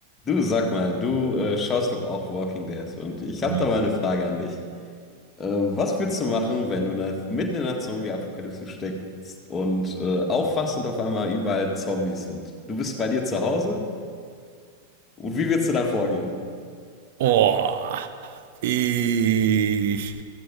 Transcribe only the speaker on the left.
Du, sag mal, du äh, schaust doch auch Walking Dead und ich habe
da mal eine Frage an dich. Äh, was würdest du machen, wenn du ne- mitten in einer Zombie-Apokalypse steckst und äh, aufwachst und auf einmal überall Zombies sind? Du bist bei dir zu Hause und wie würdest du dann vorgehen?